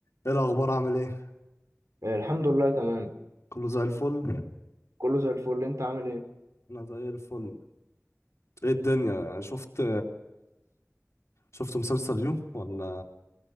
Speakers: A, on the left; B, on the right.
A: ايه الاخبار عامل ايه
B: آه، الحمد لله تمام
A: كله زي الفل <laughs>
B: كله زي الفل انت عامل ايه
A: انا زي الفل ايه الدنيا شفت شفت مسلسل يو ولا